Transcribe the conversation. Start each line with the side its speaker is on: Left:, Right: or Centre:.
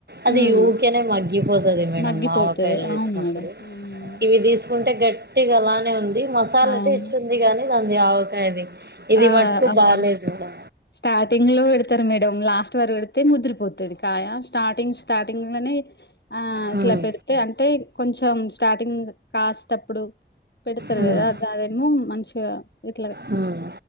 Right: అది
Left: మ్మ్
Right: యుూకనే మగ్గి గ్గిపోతుంది మేడం
Left: మగ్గిపోతది
Right: మా ఆవకాయలు
Left: అవును
Right: వేసినప్పుడు
Left: మేడం మ్మ్
Right: ఇవి తీసుకుంటే గట్టిగా అలానే ఉంది మసాలా
Left: అవును
Right: టేస్ట్ ఉంది కానీ దండి ఆవకాయది ఇది
Left: ఆ
Right: మట్కు
Left: అవును
Right: బాలేదు కూడా
Left: స్టార్టింగ్ లో పెడతారు మేడం లాస్ట్ వారు పెడితే ముదిరిపోతుంది కాయ స్టార్టింగ్ స్టార్టింగ్ లోనే ఆ
Right: హ్మ్
Left: ఇట్లా పెడితే అంటే కొంచెం స్టార్టింగ్ కాస్ట్ అప్పుడు పెడతారు
Right: హ్మ్
Left: కదా ఆదేమో మంచిగా ఇట్లా
Right: హ్మ్